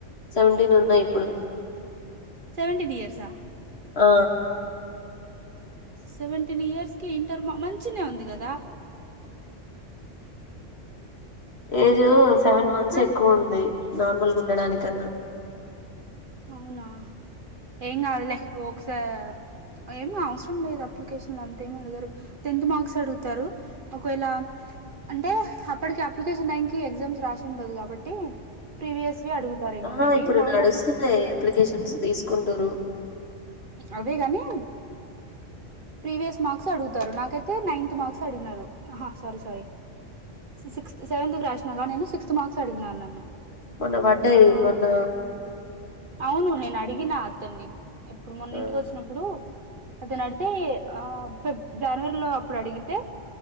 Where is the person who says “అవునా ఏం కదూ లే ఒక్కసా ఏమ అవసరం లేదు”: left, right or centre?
Right